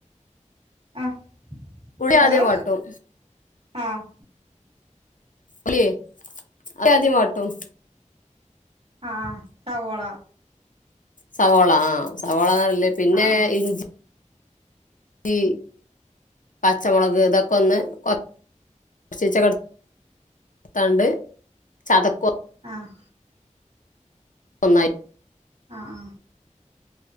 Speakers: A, on the right; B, on the left.
A: ആഹ്
B: ഉള്ളി
A: ഹലോ
B: അദ്യം വാട്ടും
A: ആഹ്
B: ഉള്ളിയേ ഉളളി ആദ്യ വാട്ടും
A: ആഹ് സവോള
B: സവോള ആഹ് സവോള നല്ല പിന്നെ
A: ആഹ് ആഹ്
B: ഇഞ്ചി ഇ പച്ചമുളക് ഇതൊക്കെ ഒന്ന് കൊ കൊർച്ചിച്ചെ ക്കെ തണ്ട് ചതക്വാ
A: ആഹ്
B: ഒന്നായി
A: അ ആ